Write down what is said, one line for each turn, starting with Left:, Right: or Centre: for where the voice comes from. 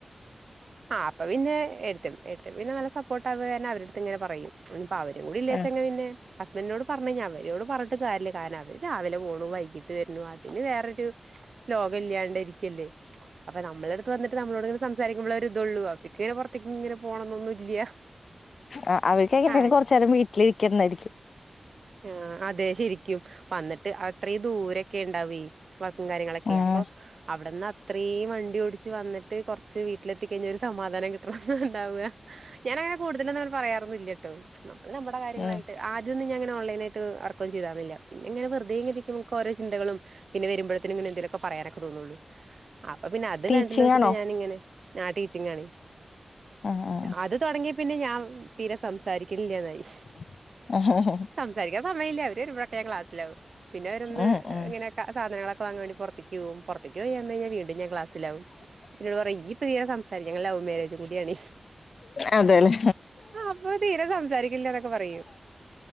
Right: ആഹ് അപ്പ പിന്നെ എട്ടത്തിയമ്മ എട്ടത്തിമ്മ പിന്നെ നല്ല <unintelligible> <unintelligible> അവരടുത്ത്ങ്ങെനെ പറയും ഇനിപ്പ അവരും കൂടി ഇല്ലേച
Left: ഉം
Right: പിന്നെ <unintelligible> പറഞ്ഞ ഞാൻ അവരൊട് പറഞ്ഞിട്ട് കാര്യല്ല കാര അവര് രാവിലെ പോണു വൈകിട്ട് വരുണു പിന്നെ വേറൊരു ലോകം ഇല്ലാണ്ട് ഇരിക്കല്ലേ അപ്പൊ നമ്മളുടെ അടുത്ത് വന്നിട്ട് നമ്മളോട് സംസാരിക്കുമ്പോള് ഒരു ഇതൊള്ളൂ അ <unintelligible> ഇങ്ങനെ പുറത്തേക്ക് ഇങ്ങനെ പോണന്നൊന്നും ഇല്ല
Left: ആഹ് അവർക്ക് എങ്ങനെലും
Right: അങ്ങനെ
Left: കൊറച്ച് നേരം വീട്ടിലിരിക്കതായിരിക്കും
Right: ആഹ് അതെ ശെരി കും വന്നിട്ട് അത്രയും ദൂരൊക്കെ ഉണ്ടാവേ വർക്കും കാര്യങ്ങളൊക്കെ
Left: ഉം
Right: അപ്പൊ അവിടുന്ന് അത്രയും വണ്ടി ഓടിച്ച് വന്നിട്ട് കുറച്ച് വീട്ടിലെത്തി കഴിഞ്ഞ ഒരു സമാധാനം കിട്ട ഉണ്ടാവു ഞാനങ്ങനെ കൂടുതലൊന്നും പറയാറൊന്നില്ലട്ടോ നമ്മള് നമ്മുടെ കാര്യങ്ങളായിട്ട്
Left: ഉം
Right: ആദ്യയൊന്നും ഞാൻ ഇങ്ങനെ ഓൺലൈനായിട്ട് വർക്കൊന്നും ചെയ്താരുന്നില്ല പിന്നെങ്ങനെ വെറുതെ നമുക് ഓരൊ ചിന്തകളും പിന്നെ വരുമ്പഴ്ത്തിന് ഇങ്ങനെ എന്തെലൊക്കെ പറയാ തോന്നള്ളൂ അപ്പൊ പിന്നെ അത്
Left: ടീച്ചിങ്
Right: വേണ്ടല്ലോെച്ചിട്ട്
Left: ആണോ
Right: ഞാൻ ഇങ്ങനെ ആഹ് ടീച്ചിങ്ങ് ആണ്
Left: ആഹ് ആഹ്
Right: അത് തുടങ്ങിയ പിന്നെ ഞാൻ തീരെ സംസാരിക്കലില്ലതായി
Left: <inaudible>
Right: സംസാരിക്കാൻ സമയില്ല അവര് വരുബഴൊക്കെ ഞാൻ ക്ലാസ്സിലാവും പിന്നെ അവരൊന്ന്
Left: ഉം ഉം
Right: ഇങ്ങനെ സാധനങ്ങളൊക്കെ വാങ്ങാൻ വേണ്ടി പുറത്തിക്ക് പൊകും പൊറുത്തിക് പോയിവന്ന് കഴിഞ്ഞാൽ വീണ്ടും ഞാൻ ക്ലാസ്സിലാവും പിന്നോട് പറയും ഇയ് ഇനി തിരെ സംസാരിക്കലില ലവ് മാരേജും കൂടിയാണ്
Left: അതെല്ലേ
Right: ആഹ് അപ്പ തീരെ സംസാരിക്കില്ലന്നൊക്കെ പറയും